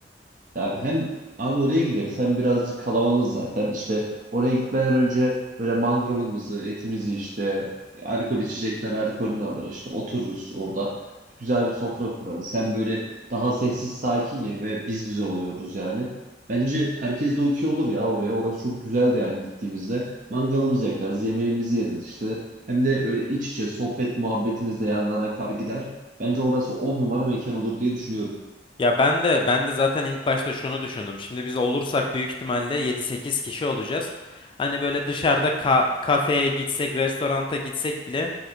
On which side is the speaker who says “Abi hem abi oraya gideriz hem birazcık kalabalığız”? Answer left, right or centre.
Right